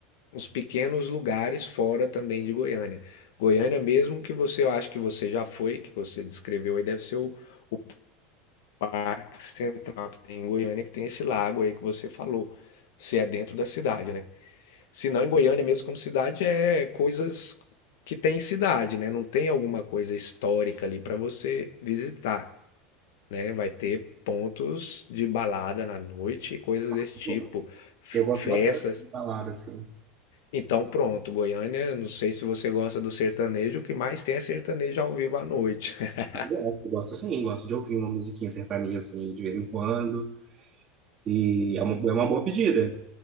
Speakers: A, on the left; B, on the right.
A: uns pequenos lugares fora também de Goiânia. Goiânia mesmo que você eu acho que você já foi, que você descreveu aí, deve ser o, o Parque Central que tem em Goiânia, que tem esse lago aí que você falou. Se é dentro da cidade, né? Se não, em Goiânia mesmo como cidade é coisas que tem em cidade, né? Não tem alguma coisa histórica ali para você visitar, né? Vai ter pontos de balada na noite, coisas
B: Ah,
A: desse
B: mas
A: tipo, f-
B: Eu gosto
A: festas.
B: bastante de balada, assim.
A: Então, pronto, Goiânia, não sei se você gosta do sertanejo, o que mais tem é sertanejo ao vivo à noite. <laughs>
B: Ah, Eu gosto, eu gosto sim, gosto de ouvir uma musiquinha sertaneja, assim, de vez em quando. E é uma, é uma boa pedida.